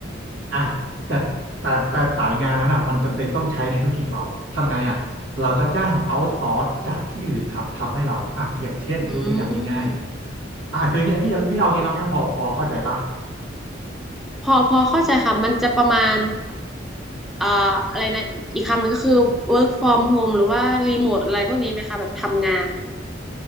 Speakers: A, on the right (about 90°); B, in the centre.
A: อ่ะแต่แต่แต่สายงานนั้นอ่ะมันจำเป็นต้องใช้ในธุรกิจเรา ทำไงอ่ะเราก็จ้างเอาซอร์สจากที่อื่นครับทำให้เราอ่ะอย่างเช่นยกตัวอย่างง่ายๆอ่ะคืออย่างเงี้ยพี่พี่เราเงี้ยน้องแอมพอพอเข้าใจปะ
B: อืมพอพอเข้าใจค่ะมันจะประมาณอ่าอะไรนะอีกคำหนึ่งก็คือ work from home หรือว่า remote อะไรพวกนี้ไหมคะแบบทำงาน